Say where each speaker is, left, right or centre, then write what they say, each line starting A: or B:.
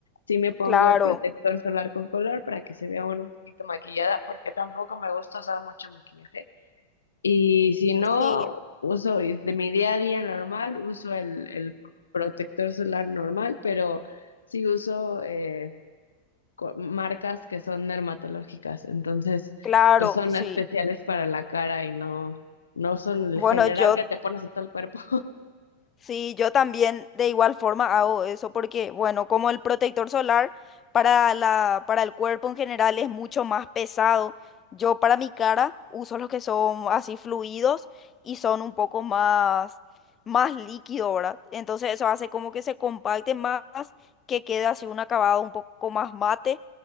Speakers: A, on the left (about 70°); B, on the left (about 25°).
A: Sí me pongo
B: Claro,
A: el protector solar con color para que se vea uno un poquito maquillada, porque tampoco me gusta usar mucho maquillaje. Y si no,
B: sí,
A: uso y de mi día a día normal, uso el, el protector solar normal, pero sí uso eh, co- marcas que son dermatológicas, entonces
B: claro,
A: pues son
B: sí.
A: especiales para la cara y no, no son el
B: Bueno,
A: general
B: yo
A: que te pones en todo el cuerpo.
B: Sí, yo también de igual forma hago eso porque, bueno, como el protector solar para la, para el cuerpo en general es mucho más pesado, yo para mi cara uso los que son así fluidos y son un poco más, más líquido, ¿verdad? Entonces eso hace como que se compacte más, que quede así un acabado un poco más mate